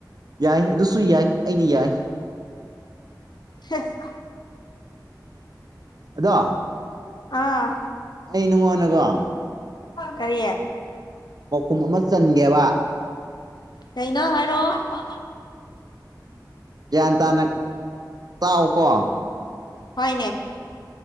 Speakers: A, on the right (about 60°); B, on the left (about 70°).
A: ꯌꯥꯏ ꯑꯗꯨꯁꯨ ꯌꯥꯏ ꯑꯩꯅ ꯌꯥꯏ
B: ꯍ <unintelligible>
A: ꯑꯗꯣ
B: ꯑꯥ
A: ꯑꯩ ꯅꯪꯉꯣꯟꯗꯀꫭ
B: ꯀꯔꯤ
A: ꯄꯥꯎꯈꯨꯝ ꯑꯃ ꯆꯟꯒꯦꯕ
B: ꯀꯩꯅꫭ ꯍꯥꯏꯔꯛꯑꫭ
A: ꯒꯤꯌꯥꯟ ꯇꯥꯅ ꯇꯥꯎ ꯀꯣ
B: ꯍꯣꯏꯅꯦ